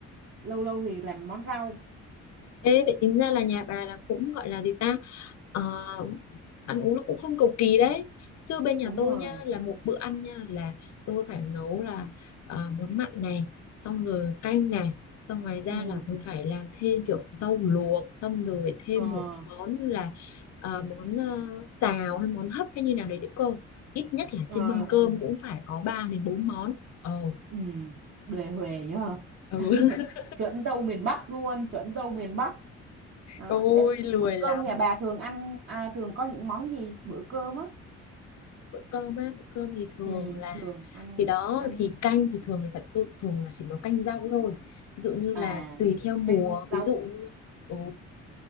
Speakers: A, on the right (about 45°); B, on the left (about 60°).
A: lâu lâu thì làm món rau
B: Ê, vậy tính ra là nhà bà là cũng gọi là gì ta Ờ, ăn uống nó cũng không cầu kỳ đấy chứ bên nhà
A: đúng
B: tôi
A: rồi
B: nha là một bữa ăn nha là tôi phải nấu là ờ, món mặn này xong rồi canh này xong ngoài ra
A: ừ
B: là còn phải làm thêm kiểu rau luộc xong rồi phải thêm
A: ờ
B: một món như là ờ, món ờ, xào hay món hấp hay như nào đấy đấy cô ít nhất là
A: ờ
B: trên mâm Ừ. cơm cũng phải có 3 đến 4 món Ồ
A: ừ đề huề nhờ
B: ừ
A: <laughs>
B: <laughs>
A: chuẩn dâu miền Bắc luôn chuẩn dâu miền Bắc đó
B: tôi
A: nên
B: lười
A: bữa
B: lắm
A: cơm nhà bà thường ăn à, thường có những món gì bữa cơm á
B: bữa cơm á bữa cơm thì thường
A: ừ
B: là
A: thường ăn
B: thì đó
A: ăn
B: thì canh thì thường là tôi thường là chỉ nấu canh rau thôi ví dụ như là
A: à
B: tùy theo mùa
A: canh
B: ví
A: rau
B: dụ như ừ,